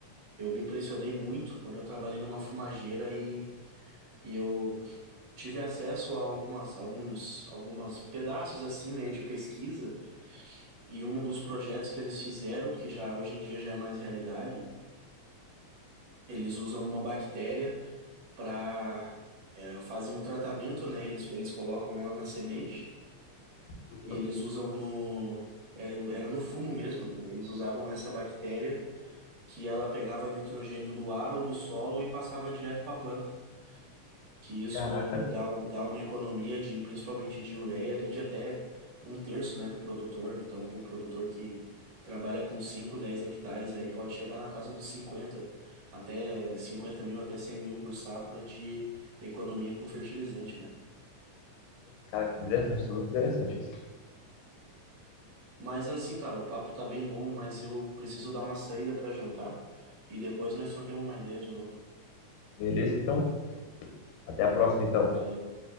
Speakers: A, on the right; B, on the left.
A: eu me impressionei muito quando eu trabalhei numa fumageira e, e eu tive acesso a algumas, alguns, algumas pedaços assim, né, de pesquisa E um dos projetos que eles fizeram, que já hoje em dia já é mais realidade, eles usam uma bactéria para fazem o tratamento, né? Eles, eles colocam ela na semente
B: Uhum.
A: e eles usam no era, era no fumo mesmo, né? Eles usavam essa bactéria que ela pegava nitrogênio do ar ou do solo e passava direto para a planta. que isso
B: Caraca,
A: dá, um- dá uma economia de principalmente de ureia ali de até um terço, né, para o produtor. Então, para um produtor que trabalha com 5 10 hectares aí pode chegar na casa dos cinquenta até 50 mil, até 100 mil por safra de economia com fertilizante, né?
B: cara, que interessante, isso é muito interessante isso.
A: Mas assim, cara, o papo tá bem bom, mas eu preciso dar uma saída para jantar e depois nós troquemos uma ideia de novo.
B: Beleza, então, até a próxima, então.
A: Valeu.